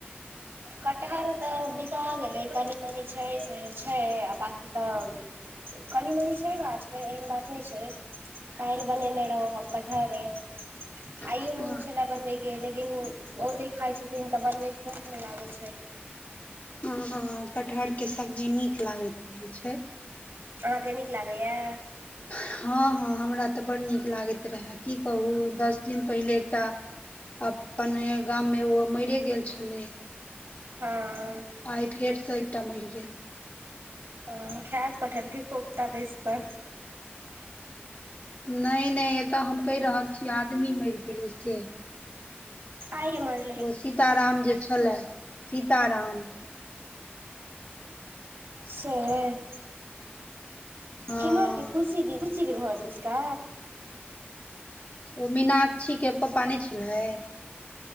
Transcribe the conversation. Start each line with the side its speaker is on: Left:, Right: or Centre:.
Right: कटहर तऽ बिका गेलै कनी मनी छै, से छै, आ बाकी त। कनी-मनी छै गाछमे एहन बात नहि छै काल्हि बनेने रहुॅं हम कटहरे आइयो
Left: हँ
Right: मोन छलए बनबयके लेकिन ओ नहि खाए छथिन त बनबैमे मोन नहि लागैत छै
Left: हॅं, हॅं कटहरके सब्जी नीक लागैत रहेै छै
Right: अहाँके नीक लागैया?
Left: हँ, हँ हमरा त बड़ नीक लागैत रहए की कहूँ दस दिन पहिले एकटा अपने गाममे ओ मैरे गेल छलै
Right: हँ
Left: आइ फेरसँ एकटा मरि गेल।
Right: ओ खाएब‌ कटहरके कोपता बैसि कऽ
Left: नहि नहि एतऽ हम कहि रहल छी आदमी मरि गेलै से
Right: आइये मरि गेलै?
Left: ओ सीताराम जे छलए सीताराम
Right: सैह,
Left: हँ
Right: किम्हर के खुशी दी <unintelligible> खुशीके घर दिसका?
Left: ओ मीनाक्षीके पापा नहि छलै